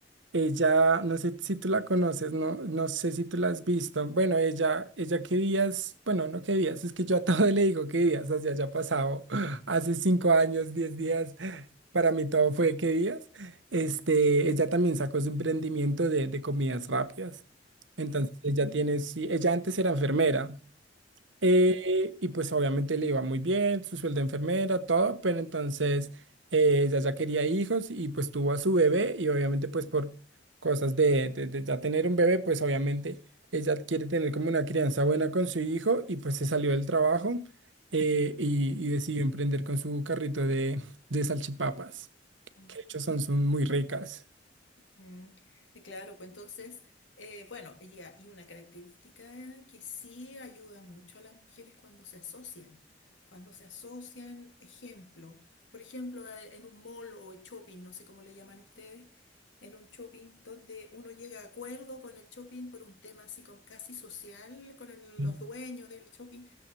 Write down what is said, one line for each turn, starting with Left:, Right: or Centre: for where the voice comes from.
Right: Ella, no sé si tú la conoces, no, no sé si tú la has visto. Bueno, ella, ella que días, bueno, no que días, es que yo a todo le digo que días, o sea, ya ha pasado <gasps> <laughs> hace cinco años, diez días, <gasps> para mí todo fue que días. Este, ella también sacó su emprendimiento de, de comidas rápidas. Entonces,
Left: Ujú,
Right: ella tiene, sí, ella antes era enfermera, eh, y pues obviamente le iba muy bien, su sueldo de enfermera, todo, pero entonces eh, ella ya quería hijos y pues tuvo a su bebé y obviamente pues por cosas de, de- de ya tener un bebé, pues obviamente ella quiere tener como una crianza buena con su hijo y pues se salió del trabajo eh, y, y decidió emprender con su carrito de, de salchipapas,
Left: mm,
Right: que de hecho son, son muy ricas.
Left: Mm, eh, claro, pues entonces, eh, bueno, y, a- y una característica eh, que sí ayuda mucho a las mujeres cuando se asocian, cuando se asocian, ejemplo, por ejemplo, eh, en un mall o shopping, no sé cómo le llaman ustedes, en un shopping donde uno llega a acuerdo con el shopping por un tema así como casi social, con el-
Right: Mm.
Left: los dueños del shopping,